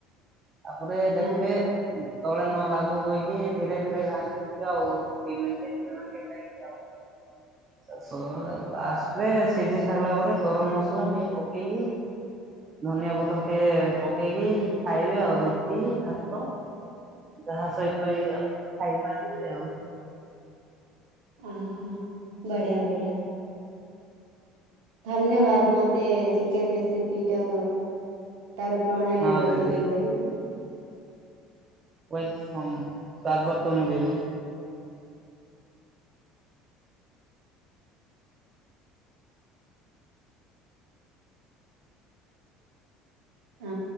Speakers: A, on the right; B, on the right.
A: ତାପରେ ଦେଖିବେ
B: ହଁ
A: ତଳେ ନ ଲାଗୁ କହି କି ଧୀରେ ଧୀରେ ଘାଣ୍ଟୁଛି ଆଉ ଦିଇ ମିନିଟେ ତିନି ମିନିଟେ ଯାଇକି ଆଉ। ଶେଷ ଲାଷ୍ଟରେ ସିଝି ସାରିଲା ପରେ ଗରମ ମସଲା ଟିକେ ପକେଇକି ଧନିଆ ପତ୍ର ଟିକେ ପକେଇକି ଖାଇବେ ଆଉ ରୁଟି ଭାତ ଯାହା ସହିତ ବି ଆପଣ ଖାଇପାରିବେ ଆଉ।
B: ଉଁ ହୁଁ ବଢିଆ ବଢିଆ ଧନ୍ୟବାଦ ମତେ ଚିକେନ ରେସିପି ଟା ତାର ପ୍ରଣାଳୀ
A: ହଁ
B: ବତେଇଥିବାରୁ
A: ଦିଦି ୱେଲକମ୍ ସ୍ଵାଗତମ ଦିଦି।
B: ଆ